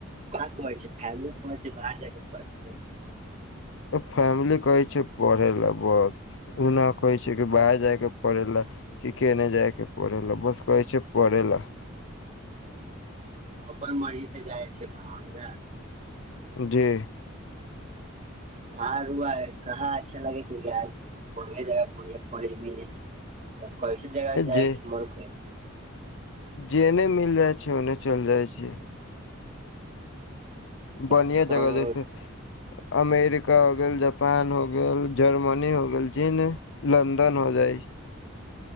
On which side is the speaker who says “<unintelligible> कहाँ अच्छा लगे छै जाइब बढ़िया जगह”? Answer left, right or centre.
Right